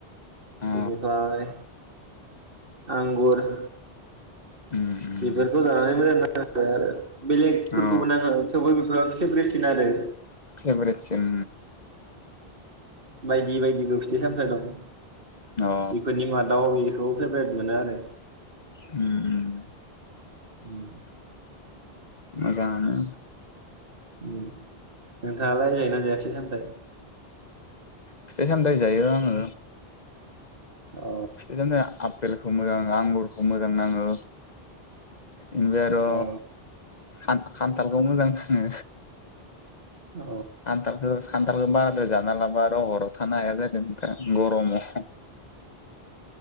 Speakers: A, on the left (about 45°); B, on the right (about 60°).
A: अ
B: बेनिफाय आंगुर
A: उम
B: बेफोरखौ जानानै मोजां आरो बेलेगफोरखौबो
A: अ
B: नाङो थेवबो बे गोबां फेब्रेसिन आरो
A: फेबेरेदसिन
B: बायदि बायदिबो फिथाइ सामथाइ बुजियाखै
A: अ
B: बेफोरनि मादाव बेनो खौ फेभरेट मोनो आरो
A: उम उम
B: उम
A: मोजांआनो
B: उ नोंथाङालाय जायोना जाया फिथायखौ?
A: फिथाइ सामथाइ जायो आङो
B: अ
A: इदिनो आपेलखौ मोजां आंगुरखौ मोजां नाङो ओमफाय आरो
B: अ
A: खान खान्थालखौ मोजां नाङो
B: अ
A: आनथालखौ सान आव मादा जाना लाब आरो हराव थानो हाया जागोन गरम ओमफ्राय